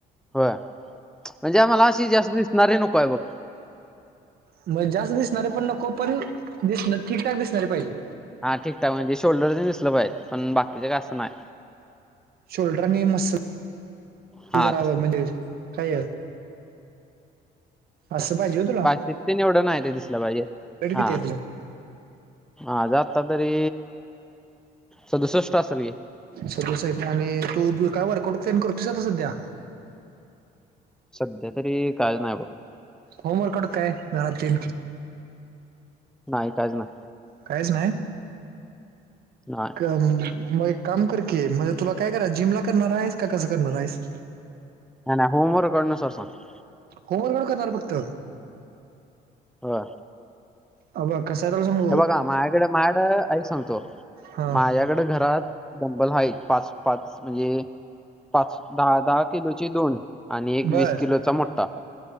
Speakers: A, in the centre; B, on the right.
A: होय म्हणजे आम्हाला अशी, जास्त दिसणारी नकोय बघ.
B: म जास्त दिसणारे पण नको. पण दिस ठीकठाक दिसणारे पाहिजे.
A: हा ठीकठाक. म्हणजे शोल्डरच दिसलं पाहिजे. पण बाकीचं का असं नाय.
B: शोल्डर आणि मस्लल
A: हा
B: जरावं.
A: तसं
B: म्हणजे काय. असं पाहिजे हो तुला.
A: ति तेन एवढं नाही ते दिसलं पाहिजे.
B: वेट
A: हा.
B: किती आहे तुझं
A: आज आत्ता तरी, सदुसष्ट असल की.
B: सदुसष्ट आणि तू काय वर्कआउट तेन करतोस. आता सध्या.
A: सध्या तरी, काही च नाय बघ.
B: होमवर्क आउट काय. घरातील.
A: नाही काच नाय.
B: काहीच नाय.
A: नाय.
B: मग एक काम कर की, म्हणजे तुला काय करा जिम ला करणार आहेस. का कसं करणार आहेस.
A: नाय नाय होम वर्क करण नुसार सांग.
B: होमवर्क वर करणार फक्त.
A: होय.
B: अ बघ. कसाय तुला सांगु
A: हे बघा माझ्याकडे माझ्याकड. आधीच सांगतो.
B: हा
A: माझ्याकडें घरात डंबल हाये. पाच पाच म्हणजे पाच दहा दहा किलोचे दोन. आणि एक वीस
B: बर
A: किलोचा मोठठा.